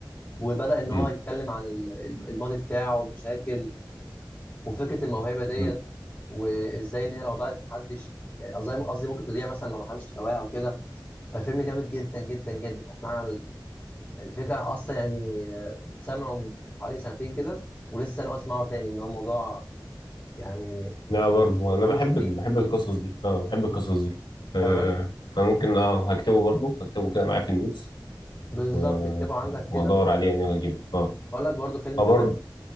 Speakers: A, on the left; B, on the left.
A: وبدا ان هو
B: مم.
A: يتكلم عن ال- الماضي بتاعه ومشاكل وفكره الموهبه ديت
B: مم.
A: وازاي ان هي لو ضاعت محدش قصدي قصدي ممكن تضيع مثلا لو محدش اشتواها او كده فالفيلم جامد جدا جدا جدا معنى الفكره اصلا يعني آه، سامعه من حوالي سنتين كده ولسه انا بسمعه تاني ان هو الموضوع يعني
B: لا برضو انا
A: فيلم
B: بحب
A: خطير
B: ال- بحب القصص دي اه بحب القصص دي آه
A: تمام
B: فممكن اه هكتبه برضو هكتبه كده معايا في النوتس
A: بالظبط
B: و-
A: اكتبه عندك
B: وادور
A: كده
B: عليه يعني وهجيبه اه
A: اقول لك برضو فيلم
B: اه
A: كمان
B: برضو